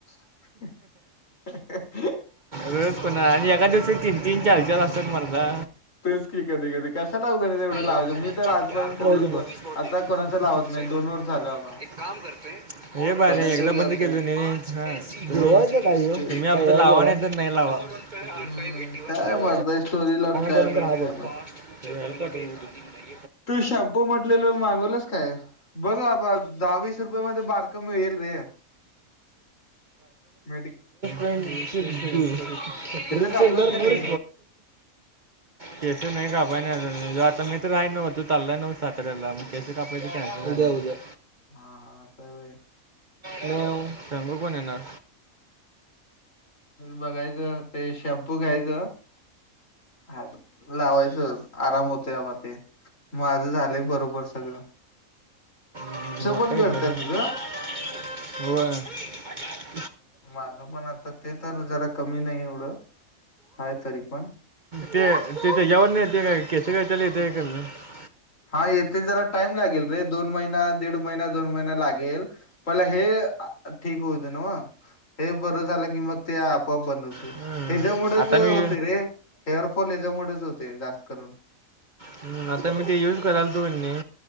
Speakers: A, on the left; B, on the right.
A: <inaudible>
B: रोज कोणा आणि एका दिवशी तीन तीन चार चार असतात मरता
A: तेच की कधी कधी कशा लावू घे तेवढं लावायचं
B: हो खरं
A: मी तर आजपर्यंत
B: यार
A: कधी
B: मूवीज बहुत
A: आता
B: देख
A: कोणाच लावत नाही.
B: सही
A: दोन
B: बात
A: वर झालं. बाबा
B: एक काम करते हे पाय
A: कोणाच
B: एकदा
A: जाच
B: बंद केल जुळवायचं
A: तेच
B: काहीयो
A: की
B: लावाण तर नाही लावा. हा
A: हम्म
B: काय भेटी होत
A: काय
B: नाही
A: मर्दा स्टोरी लावून काय
B: त्या नंतर
A: भेटतय
B: हा बोलत
A: बा
B: <unintelligible>
A: तू शॅम्पू म्हटलेल मागवलंच काय बघा आबा दहावीस रुपया मध्ये बारका मिळेल रे मेड
B: <unintelligible> सेंटर
A: कापलास का
B: मध्ये
A: नाही हा
B: केस नाही का पा अजून ज आता मी काय नव्हत चाल नव्हत लाब केस कापायच उदया उदया
A: हा हा आता वय.
B: मऊ रंगो कोण येणार.
A: बघायचं ते शॅम्पू घ्यायचं. हात लावायच आराम होते आबा ते माझं झालंय बरोबर सगळं <inaudible>
B: मोठे
A: पण गळत्यात
B: ब
A: तुझं
B: हो <inaudible>
A: माझं पण <inaudible> आहे तरी पण
B: ते ते त्याच्यावर नाही येते का केच कायच्याला येते का मी <unintelligible>
A: हा येथे जरा टाईम लागेल रे दोन महिना दीड महिना दोन महिना लागेल पहिला <inaudible> हे ठीक होऊ दे नव ते हे बरं झालं की मग ते आपआप बर.
B: हम्म.
A: ह्याच्यामुळेच
B: आता
A: होतेय
B: मी
A: रे हेअर फॉल ह्याच्यामुळेच होतय जास्त करून
B: हम् नंतर मी ते <inaudible> आता मग ते युज कराल ते